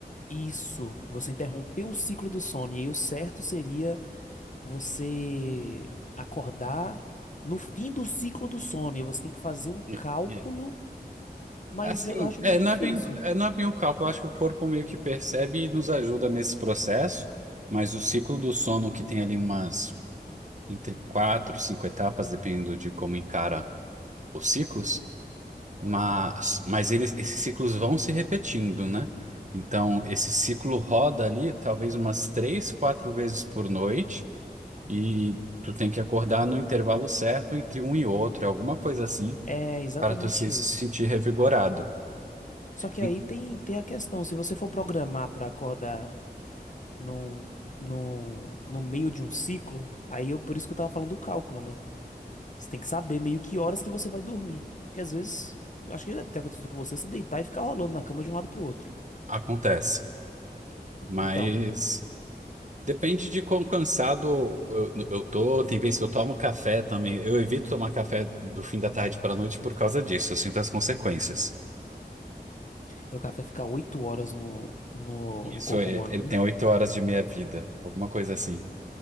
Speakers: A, on the left; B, on the right.
A: isso, você interrompeu o ciclo do sono. E aí o certo seria você acordar no fim do ciclo do sono. E você tem que fazer um
B: E-
A: cálculo,
B: e-
A: mas
B: Assim,
A: eu acho
B: é,
A: muito
B: não
A: difícil.
B: é bem, é, não é bem um cálculo. Eu acho que o corpo meio que percebe e nos ajuda nesse processo, mas o ciclo do sono que tem ali umas entre quatro, cinco etapas, dependendo de como encara os ciclos. Mas, mas eles, esses ciclos vão se repetindo, né? Então, esse ciclo roda ali talvez umas três, quatro vezes por noite e tu tem que acordar no intervalo certo entre um e outro, alguma coisa assim,
A: É exatamente
B: para tu se
A: isso.
B: se sentir revigorado.
A: Só que
B: Hum,
A: aí tem, tem a questão, se você for programar para acordar no, no, no meio de um ciclo, aí eu, por isso que eu tava falando do cálculo, né? Você tem que saber meio que horas que você vai dormir. Porque às vezes, eu acho que deve ter acontecido com você, você deitar e ficar rolando na cama de um lado pro outro.
B: Acontece, mas
A: Então,
B: depende de quão cansado eu, eu tô. Tem vezes que eu tomo café também. Eu evito tomar café do fim da tarde para a noite por causa disso. Eu sinto as consequências.
A: aí o cara vai ficar oito horas no, no,
B: Isso,
A: no corpo
B: é-
A: humano,
B: ele tem
A: né?
B: oito horas de minha vida, alguma coisa assim.